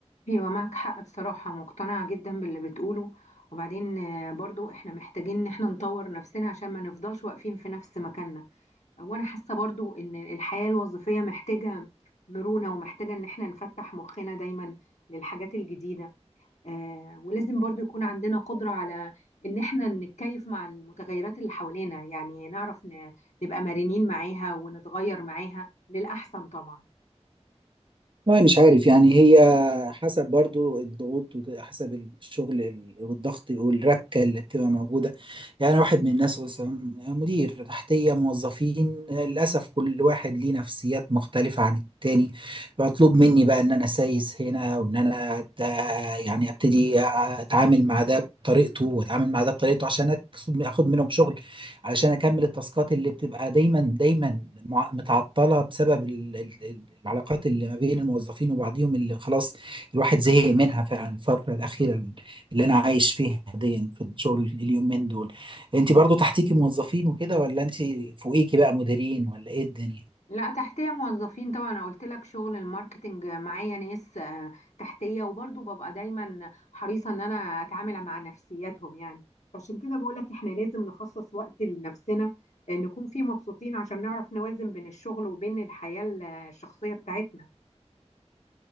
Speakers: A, on the left; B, on the right.
A: ايوه معك حق بصراحة مقتنعة جدا باللي بتقوله وبعدين آه برضو احنا محتاجين ان احنا نطور نفسنا عشان ما نفضلش واقفين في نفس مكاننا وانا حاسه برضو ان الحياه الوظيفيه محتاجه مرونه ومحتاجه ان احنا نفتح مخنا دايما للحاجات الجديده آه ولازم برضو يكون عندنا قدره على ان احنا نتكيف مع المتغيرات اللي حوالينا يعني نعرف ن- نبقى مرنين معاها ونتغير معاها للاحسن طبعا
B: والله مش عارف يعني هي حسب برضو الضغوط وحسب الشغل ال- والضغط والركة اللي بتبقى موجودة يعني واحد من الناس مثلا مدير تحتية موظفين للأسف كل واحد ليه نفسيات مختلفة عن التاني مطلوب مني بقى إن أنا سايس هنا وإن أنا أت- يعني أبتدي أتعامل مع ده بطريقته وأتعامل مع ده بطريقته عشان أكسب- أخد منهم شغل علشان اكمل التاسكات اللي بتبقى دايما دايما مع- متعطله بسبب ال- ال- ال- العلاقات اللي ما بين الموظفين وبعضهم اللي خلاص الواحد زهق منها فعلا الفتره الاخيره اللي انا عايش فيها دي في الشغل اليومين دول انت برضو تحتيكي موظفين وكده ولا انت فوقيكي بقى مديرين ولا ايه الدنيا
A: لا تحتيه موظفين طبعا انا قلت لك شغل الماركتنج معايا ناس آه، تحتيه وبرضه ببقى دايما حريصه ان انا اتعامل مع نفسياتهم يعني فعشان كده بقول لك احنا لازم نخصص وقت لنفسنا آه، نكون فيه مبسوطين عشان نعرف نوازن بين الشغل وبين الحياه الشخصيه بتاعتنا